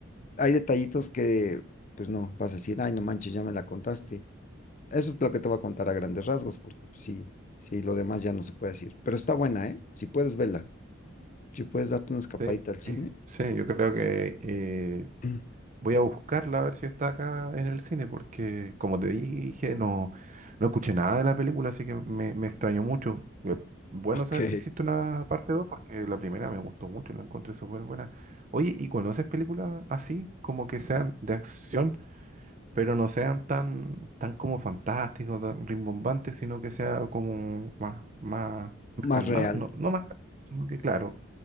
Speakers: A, on the left; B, on the right.
A: Hay detallitos que pues no, vas a decir, ay, no manches, ya me la contaste. Eso es lo que te voy a contar a grandes rasgos porque pues, sí, sí, lo demás ya no se puede decir. Pero está buena, ¿eh? Si puedes verla, si puedes darte una escapadita
B: Sí,
A: al cine.
B: sí, yo creo que eh,
A: Mm,
B: Voy a buscarla a ver si está acá en el cine, porque como te dije, no, no escuché nada de la película, así que me, me extrañó mucho. Eh, Bueno
A: Ok,
B: saber que existe una parte 2 porque la primera me gustó mucho, la encontré súper buena. Oye, ¿y conoces películas así, como que sean de acción, pero no sean tan, tan como fantásticos, tan rimbombantes, sino que sea como más, más, más
A: más
B: calmada?
A: real,
B: No, no más calmada, sino que claro,